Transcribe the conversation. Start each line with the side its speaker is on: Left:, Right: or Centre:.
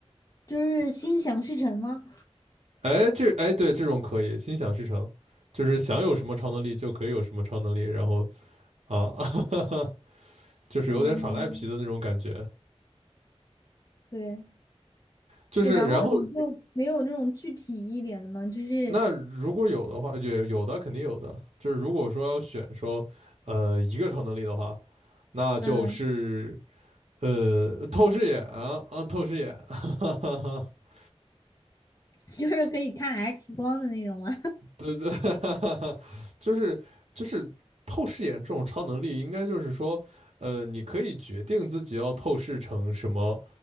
Left: 就是心想事成吗？
Right: 哎，这哎对，这种可以心想事成，就是想有什么超能力就可以有什么超能力，然后啊，<laughs> 就是有点耍赖皮的那种感觉。
Left: 嗯，对。
Right: 就是然后
Left: 对，然后你就没有那种具体一点的吗？就是，
Right: 那如果有的话，也有的肯定有的。就是如果说要选说呃一个超能力的话，那就是
Left: 嗯，
Right: 呃透视眼啊啊透视眼，<laughs>
Left: <laughs> 就是可以看 X 光的那种吗？
Right: 对对，<laughs> 就是就是透视眼这种超能力，应该就是说，呃，你可以决定自己要透视成什么，